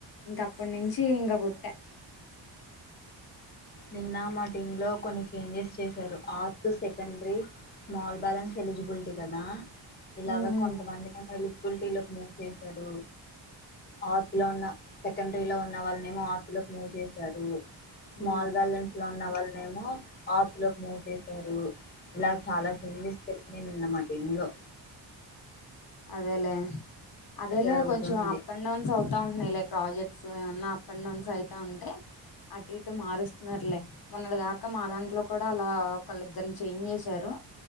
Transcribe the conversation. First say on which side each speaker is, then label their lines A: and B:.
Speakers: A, on the left (about 50°); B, on the left (about 20°).
A: ఇంక అప్పటి నుంచి ఇంకా కుట్టా
B: నిన్న మా టీం లో కొన్ని న్స్ చేశారు ఆ సెకండీ స్మల్ బ్యాలెన్స్ ఎలిజిబిలిటీ కదా ఇలాగా
A: ఉమ్
B: కొంతమందిని వెళ్ళ ఉల్టీలక్ము చేసారు ఆతిలో ఉన్న సెకండరీ లో ఉన్న వాళ్ళనే ఏమో ఆస్తులోకి మూవ్ చేసారు స్మాల్
A: ఉమ్
B: బ్యాలెన్స్ లోన్న్న వల్లనేమో ఆపులకు మ చేశారు ఇలా చాలా సిందిస్తరికి నేనున్నమాట పన్న
A: అదేలే అదేలే
B: జరుగుతుంది
A: కొంచెం అప్ అండ్ డౌన్స్ అవుతా ఉంటున్నాయి లై ప్రాజెక్ట్ సో ఏమన్నా అప్ అండ్ డౌన్స్ అయితే ఉంటే అటు అప్ అండ్ డౌన్స్ అవుతుంటే అటు ఇటు మారుస్తున్నట్లే మొన్నటి దాకా మా దాంట్లో కూడా అలా ఒకళ్ళ ఇద్దరుని చేంజ్ చేసారు